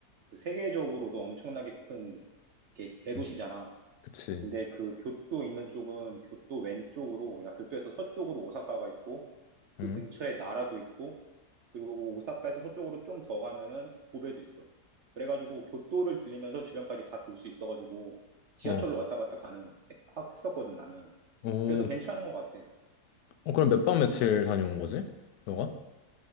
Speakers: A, on the right; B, on the left.
A: 그 세계적으로도 엄청나게 큰 게- 대도시잖아.
B: 음, 그치.
A: 근데 그 교토 있는 쪽은 교토 왼쪽으로, 그러니까 교토에서 서쪽으로 오사카가 있고, 그
B: 응,
A: 근처에 나라도 있고, 그리고 오사카에서 서쪽으로 좀 더 가면은 고베도 있어. 그래가지고 교토를 들리면서 주변까지 다 돌 수 있어가지고, 지하철로
B: 어,
A: 왔다 갔다 가는, 했- 했었거든, 나는.
B: 오,
A: 그래서 괜찮은 것 같아.
B: 어, 그럼 몇 박 며칠 다녀온 거지? 너가?